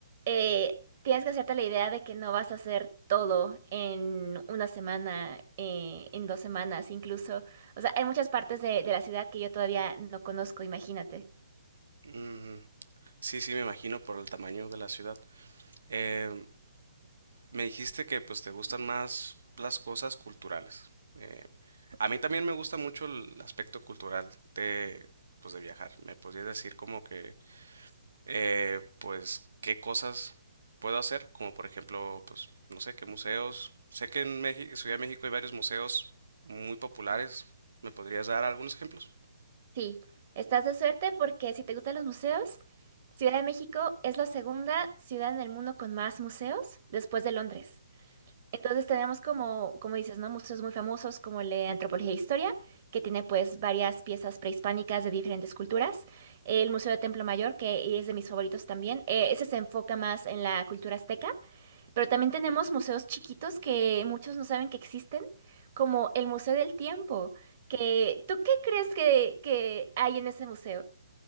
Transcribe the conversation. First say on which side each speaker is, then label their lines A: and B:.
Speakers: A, on the right (about 35°); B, on the right (about 80°).
A: eh, tienes que hacerte la idea de que no vas a hacer todo en una semana, eh, en dos semanas incluso. O sea, hay muchas partes de de la ciudad que yo todavía no conozco, imagínate.
B: Mm, sí, sí, me imagino por el tamaño de la ciudad. Eh, me dijiste que pues te gustan más las cosas culturales. Eh, A mí también me gusta mucho el aspecto cultural de, pues, de viajar. ¿Me podrías decir como que, eh, pues, qué cosas puedo hacer? Como por ejemplo, pues, no sé, qué museos. Sé que en México, Ciudad de México hay varios museos muy populares. ¿Me podrías dar algunos ejemplos?
A: Sí, estás de suerte porque si te gustan los museos, Ciudad de México es la segunda ciudad en el mundo con más museos después de Londres. Entonces tenemos como, como dices, ¿no? Museos muy famosos como el de Antropología e Historia, que tiene pues varias piezas prehispánicas de diferentes culturas. El Museo de Templo Mayor, que es de mis favoritos también. eh, ese se enfoca más en la cultura azteca. Pero también tenemos museos chiquitos que muchos no saben que existen, como el Museo del Tiempo, que ¿tú qué crees que, que hay en ese museo?